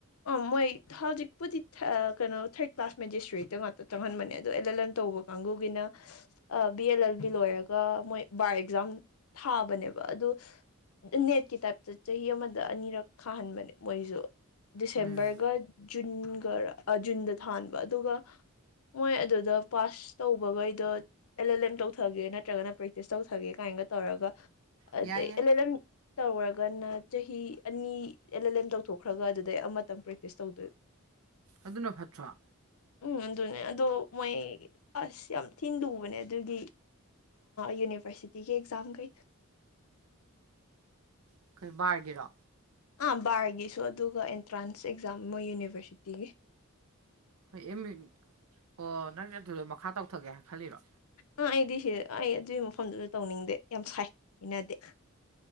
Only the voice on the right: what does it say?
ꯎꯝ
ꯌꯥꯏ ꯌꯥꯏ
ꯑꯗꯨꯅ ꯐꯠꯇ꯭ꯔꯥ
ꯑꯩꯈꯜ ꯕꯥꯔꯒꯤꯔꯣ
ꯍꯣꯏ ꯑꯦꯝ ꯏ ꯑꯣ ꯅꯪ ꯑꯗꯨꯗ ꯃꯈꯥ ꯇꯧꯊꯒꯦꯅ ꯈꯜꯂꯤꯔꯣ